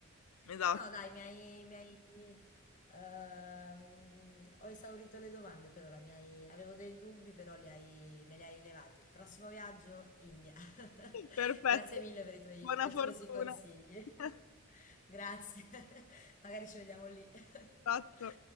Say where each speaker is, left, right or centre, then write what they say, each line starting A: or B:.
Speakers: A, on the left (about 85°); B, on the left (about 40°).
A: Esatto.
B: No, no, dai, mi hai, mi hai, ehm, ho esaurito le domande per ora, mi hai- avevo dei dubbi, però li hai- me li hai levati. Prossimo viaggio, India. <laughs>
A: <laughs> Perfetto.
B: Grazie mille per i tuoi
A: Buona
B: preziosi
A: fortuna.
B: consigli.
A: <laughs>
B: <laughs> Grazie, <laughs> magari ci vediamo lì. <laughs>
A: Esatto.